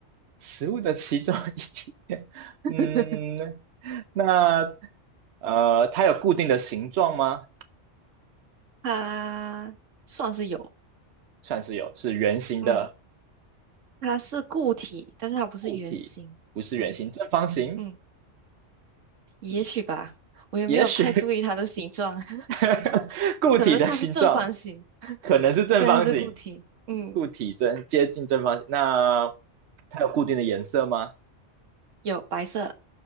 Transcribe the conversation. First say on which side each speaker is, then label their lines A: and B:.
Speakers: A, on the right; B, on the right.
A: 食物的其中一点，<laughs>
B: <laughs>
A: 嗯，那呃，它有固定的形状吗？
B: 它算是有。
A: 算是有，是圆形的
B: 嗯，它是固体，但是它不是圆形。
A: 固体，不是圆形，
B: 嗯
A: 正方形，
B: 嗯，也许吧，我也没有太注意它的形状，
A: 也许
B: <laughs>
A: <laughs> 固体的形状
B: 可能它是正方形。
A: 可能是正方形，
B: 对，它是固体。嗯，
A: 固体正接近正方形。那它有固定的颜色吗？
B: 有白色，